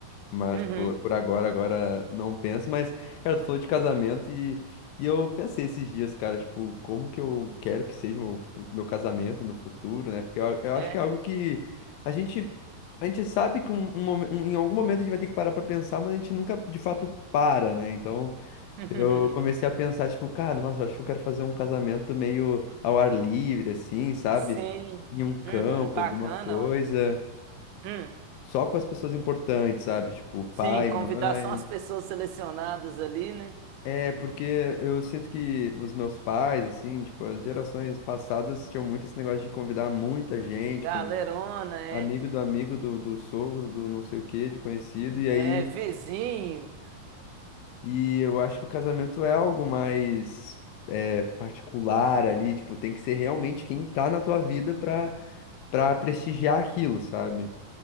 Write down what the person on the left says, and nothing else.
Mas
por, por agora, agora não penso. Mas, cara, tu falou de casamento e, e eu pensei esses dias, cara, tipo, como que eu quero que seja meu, fu- meu casamento no futuro, né? Porque eu, eu
acho que é algo que a gente, a gente sabe que um, um momen- um- em algum momento a gente vai ter que parar pra pensar, mas a gente nunca de fato para, né? Então
eu comecei a pensar, tipo, cara, nossa, eu acho que eu quero fazer um casamento meio ao ar livre, assim, sabe?
Em um
campo,
alguma coisa
só com as pessoas importantes, sabe? Tipo, pai,
mãe.
É, porque eu sinto que os meus pais, assim, tipo, as gerações passadas tinham muito esse negócio de convidar muita gente,
convidar
amigo do amigo, do, do sogro, do não sei o quê, de conhecido, e
aí.
E eu acho que o casamento é algo mais é, particular ali, tipo, tem que ser realmente quem tá na tua vida pra, pra prestigiar aquilo, sabe?